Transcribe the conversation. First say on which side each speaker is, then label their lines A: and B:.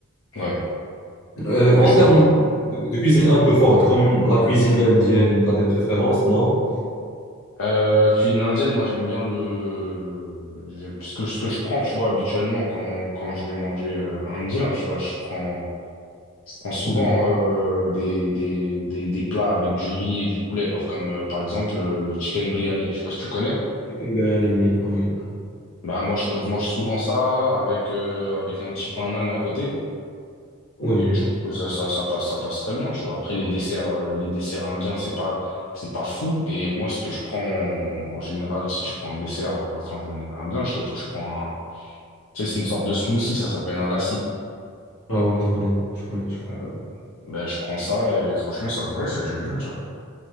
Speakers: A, on the left; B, on the left.
A: Ouais,
B: Euh, en
A: ouais, je suis
B: termes
A: d'accord.
B: de, de cuisine un peu forte, comme la cuisine indienne, tu as des préférences, non?
A: Euh, cuisine indienne, moi j'aime bien le j'ai- ce que, ce que je prends, tu vois, habituellement quand, quand je vais manger euh, indien, tu vois, je prends Je prends souvent
B: Oui.
A: euh, des, des, des, des plats avec du riz et du poulet, genre comme euh, par exemple euh, le chicken biryani. Je sais pas si tu connais.
B: Chicken biryani, oui, oui.
A: Bah moi je, je mange souvent ça avec euh, avec un petit pain naan à côté
B: Oui,
A: et
B: oui.
A: je trouve que ça, ça ça passe ça passe très bien, tu vois. Après les desserts euh, les desserts indiens, c'est pas c'est pas fou et moi ce que je prends en général si je prends un dessert euh, quand je vais manger indien, je te, je prends un Tu sais, c'est une sorte de smoothie, ça s'appelle un lassi.
B: Ah oui, je connais, je connais, je connais.
A: Euh, ben, je prends ça et franchement, ça, ouais, j'aime bien, tu vois.